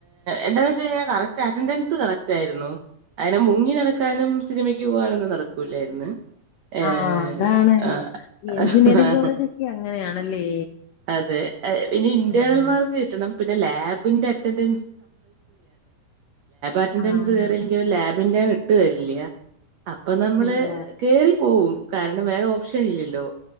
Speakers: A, on the right; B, on the left.
A: എന്താന്ന് വെച്ച്ഞ്ഞാൽ കറക്റ്റ് അറ്റൻൻസ് കറക്റ്റ്ായിരുന്നു അങ്ങനെ മുങ്ങി നടക്കാനും സിനിമയ്ക്ക് പോകാനൊന്നും നടക്കില്ലായിരുന്നു ഏ
B: ആഹ് അതാണ്
A: ആ ആ
B: എഞ്ചിനീയറിംഗ് കോളേജ് ഒക്കെ അങ്ങനെയാണല്ലേ
A: അതെ ഇനി ഇന്റേണന്മാർക്ക്
B: അതെ
A: കിട്ടണം പിന്നെ ലാബ് അ ക അ അ
B: ആഹ്
A: ഇട്ട് തരില്ല അപ്പൊ നമ്മള്
B: ഇല്ല
A: കേറി പോവും കാരണം വേറെ ഓപ്ഷൻ ഇല്ലല്ലോ